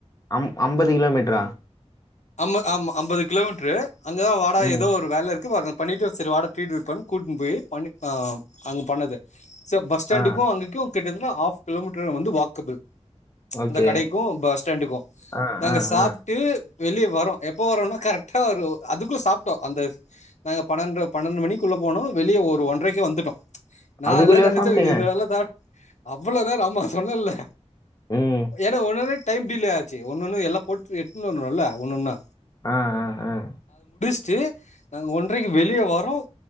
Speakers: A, on the left; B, on the left.
A: அம் ஐம்பது கிலோ மீட்டரா
B: அம்ப ஆமா ஐம்பது கிலோமீட்டரு அங்கதான் வாடா
A: ம்
B: ஏதோ ஒரு வேல இருக்கு பண்ணிட்டு சரி வாடா ட்ரீட் வெப்பண் கூட்டு போய் ப ஈ ப அங்க பண்ணது ச பஸ் ஸ்டாண்டுக்கும்
A: ஆ
B: அங்கக்கும் த்துல ஆஃப் கிலோமீட்டர் வந்து வாக்கபிள்
A: ஓகே
B: அந்த கடைக்கும் பஸ் ஸ்டாண்டுக்கும்
A: ஆ
B: நாங்க
A: ஆ
B: சாப்ட்டு
A: ஆ
B: வெளியே வரோம் எப்போ வரோனா கரெக்டா ஒரு அதுக்குள்ள சாப்ட்டோம் அந்த நாங்க பன்னெண்டு பன்னெண்டு மணிக்குள்ள போனோம் வெளியே ஒரு ஒன்றரைக்கே வந்துட்டோம் நான்
A: அதுக்குள்ளேயே
B: எல்லாம் நினைச்ச
A: சாப்பிட்டீங்க
B: இதல்லாம் தர அப் இவளோ நேரம் ஆமா சொன்னல
A: ம்
B: ஏன்னா ஒனது டைம் டிலே ஆச்சு ஒன்ன ஒன்னு எல்லாம் போட்டு எடுத்துனு வரணுல்ல ஒன்னொன்னா
A: ஆஹ் ஆஹ் ஆஹ்
B: ச நாங்க ஒன்றைக்கு வெளியே வரோம்